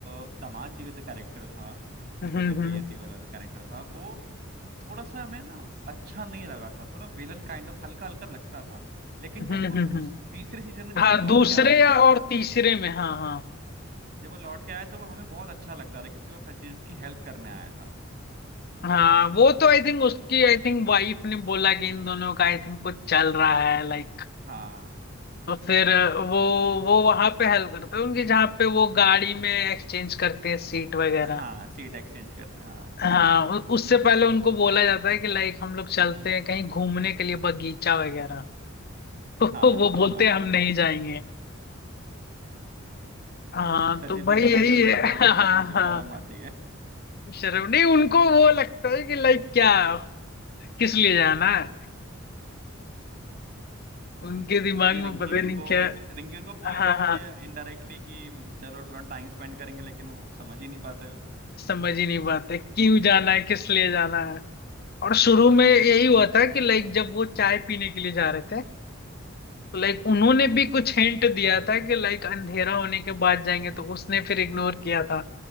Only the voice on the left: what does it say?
हम्म
हम्म
हम्म
हम्म
हम्म।
हाँ
दूसरे
या और तीसरे में हाँ हाँ
हाँ वो तो आई थिंक उसकी आई थिंक वाइफ ने बोला कि इन दोनों का आई थिंक कुछ चल रहा है लाइक
तो फिर वो वो वहां पे हेल्प करता है उनके जहाँ पे वो गाड़ी में एक्सचेंज करते हैं सीट वगैरह
हाँ उ- उससे पहले उनको बोला जाता है कि लाइक हम लोग चलते हैं कहीं घूमने के लिए बगीचा वगैरह <laughs> तो
वो
बोलते
हैं हम नहीं जाएंगे
हाँ
तो भाई
यही
है
<laughs> हाँ
हाँ
शर्म नहीं उनको वो लगता है कि लाइक क्या किस लिए जाना है उनके दिमाग
में
पता
नहीं क्या
हाँ
हाँ
समझ ही नहीं पाते क्यों जाना है किस लिए जाना है और शुरू में यही हुआ था कि लाइक जब वो चाय पीने के लिए जा रहे थे तो लाइक उन्होंने भी कुछ हिंट दिया था कि लाइक अंधेरा होने के बाद जाएंगे तो उसने फिर इग्नोर किया था